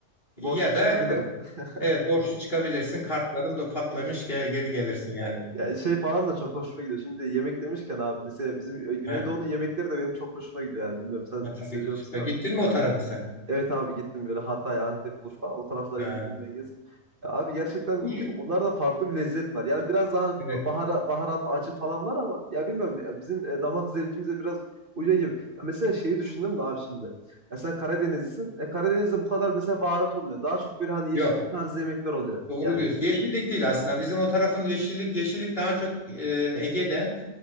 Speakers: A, on the right; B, on the left.
A: borçlu
B: ya
A: çıkabilirim.
B: da
A: <laughs>
B: Evet borçlu çıkabilirsin. Kartların da patlamış gel, geri gelirsin yani.
A: Yani şey falan da çok hoşuma gidiyor. Şimdi yemek demişken abi mesela bizim e, Güneydoğu'nun
B: Ha,
A: yemekleri de benim çok hoşuma gidiyor yani bilmiyorum sen
B: ha, tabii
A: seviyor
B: ki süper.
A: musun
B: Gittin mi o tarafa sen?
A: Evet abi gittim böyle Hatay, Antep, Urfa o taraflara
B: Ha,
A: gittim diye gezdim. Ya abi gerçekten
B: bu şu-
A: onlarda farklı bir lezzet var. Yani biraz daha hani
B: evet.
A: bahara, baharat, acı falan var ama ya bilmiyorum ya bizim e, damak zevkimize biraz uyuyor gibi. Ya mesela şeyi düşündüm de abi şimdi. Ya sen Karadenizlisin. E, Karadeniz'de bu kadar mesela baharat olmuyor. Daha çok böyle hani yeşillik
B: Yok.
A: tarzı yemekler oluyor.
B: Doğru
A: Yani
B: diyorsun. Yeşillik değil aslında. Bizim o tarafın yeşillik yeşillik daha çok e, Ege'de.